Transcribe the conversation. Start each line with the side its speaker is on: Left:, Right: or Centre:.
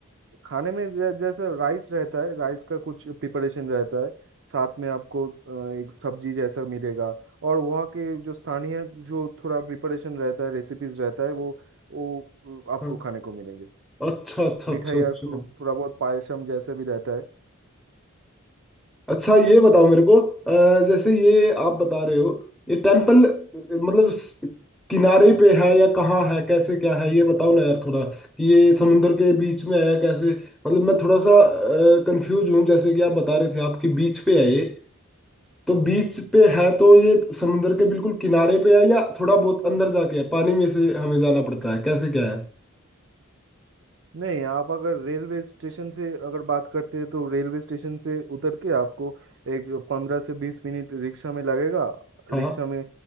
Right: खाने में जै- जैसा राइस रहता है राइस का कुछ प्रिपरेशन रहता है साथ में आपको अ, एक सब्जी जैसा मिलेगा और वहाँ के जो स्थानीय जो थोड़ा प्रिपरेशन रहता है रेसिपीज रहता है वो वो आपको
Centre: हाँ।
Right: खाने को मिलेंगे
Centre: अच्छा अच्छा
Right: मिठाई
Centre: अच्छा अच्छा
Right: और थो- थोड़ा बहुत पायसम जैसा भी रहता है
Centre: अच्छा ये बताओ मेरे को अ, जैसे ये आप बता रहे हो ये टेम्पल मतलब स- किनारे पे है या कहाँ है कैसे क्या है ये बताओ ना यार थोड़ा कि ये समुंदर के बीच में है या कैसे मतलब मैं थोड़ा सा कंफ्यूज हूँ जैसे कि आप बता रहे थे आपकी बीच पे है ये तो बीच पे है तो ये समुंदर के बिल्कुल किनारे पे है या थोड़ा बहुत अंदर जाके है पानी में से हमें जाना पड़ता है कैसे क्या है
Right: नहीं आप अगर रेलवे स्टेशन से अगर बात करते हैं तो रेलवे स्टेशन से उतर के आपको एक पंद्रह से बीस मिनट रिक्शा में लगेगा
Centre: हाँ
Right: रिक्शा में